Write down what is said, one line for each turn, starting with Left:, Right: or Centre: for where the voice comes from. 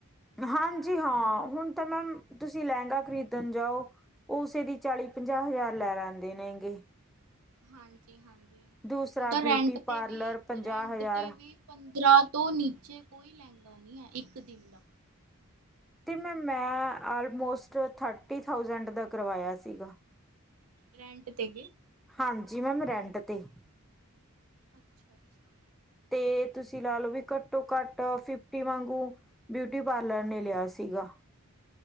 Centre: ਹਾਂਜੀ ਹਾਂ ਹੁਨ ਤਾ ਮੈਮ ਤੁਸੀ ਲੈਗਾ ਖਰੀਦਨ ਜਾਓ ਓ ਉਸੇ ਦੀ ਚਾਲੀ-ਪੰਜਾਹ ਹਜ਼ਾਰ ਲੈ ਲੈਂਦੇ ਨੇਗੇ।
Right: ਹਾਂਜੀ-ਹਾਂਜੀ,
Centre: ਦੂਸਰਾ
Right: ਹੁਨ ਤਾਂ ਰੈਂਟ
Centre: ਬਿਊਟੀ
Right: ਤੇ
Centre: ਪਾਰਲਰ
Right: ਵੀ
Centre: ਪੰਜਾਹ
Right: ਰੈਂਟ
Centre: ਹਜ਼ਾਰ
Right: ਤੇ ਵੀ ਪੰਦਰਾਂ ਤੋਂ ਨੀਚੇ ਕੋਈ ਲੈਗਾ ਨੀ ਐ ਇੱਕ ਦਿਨ ਦਾ
Centre: ਤੇ ਮੈਂ ਮੈਂ ਆਲਮੋਸਟ ਥਰਟੀ ਥਾਊਸੈਂਡ ਦਾ ਕਰਵਾਇਆ ਸੀਗਾ।
Right: ਰੈਂਟ ਤੇ
Centre: ਹਾਂਜੀ ਮੈਮ ਰੈਂਟ ਤੇ।
Right: ਅੱਛਾ-ਅੱਛਾ।
Centre: ਤੇ ਤੁਸੀ ਲਾ ਲੋ ਵੀ ਘੱਟੋ-ਘਾੱਟ ਫਿਫਟੀ ਵਾਗੂ ਬਯੂਟੀ ਪਾਲਰ ਨੇ ਲੇਆ ਸੀਗਾ।